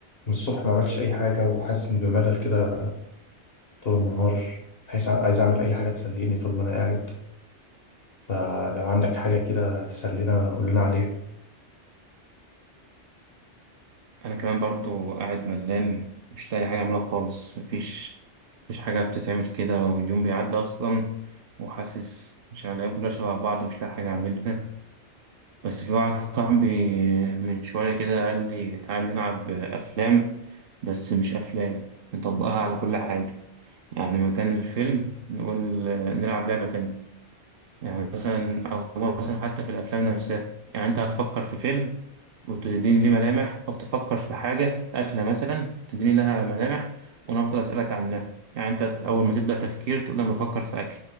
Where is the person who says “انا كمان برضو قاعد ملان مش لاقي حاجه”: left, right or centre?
Right